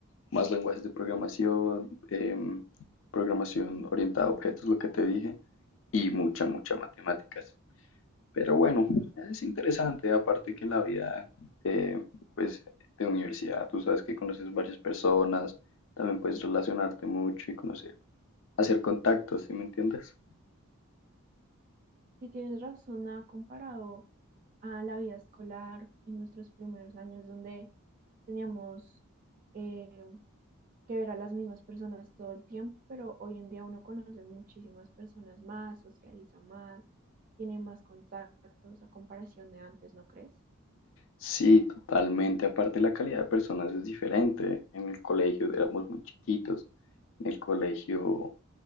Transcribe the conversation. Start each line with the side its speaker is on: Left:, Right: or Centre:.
Left: más lenguajes de programación, em, programación orientada a objetos, lo que te dije, y mucha, mucha matemáticas. Pero bueno, es interesante, aparte que en la vida eh, pues, de universidad, tú sabes que conoces varias personas, también puedes relacionarte mucho y conocer, hacer contactos, ¿sí me entiendes?
Right: si tienes razón, ha comparado a la vida escolar en nuestros primeros años, donde teníamos eh, que ver a las mismas personas todo el tiempo, pero hoy en día uno conoce muchísimas personas más, socializa más, tiene más contactos a comparación de antes, ¿no crees?
Left: Sí, totalmente, aparte la calidad de personas es diferente. En el colegio éramos muy chiquitos, en el colegio,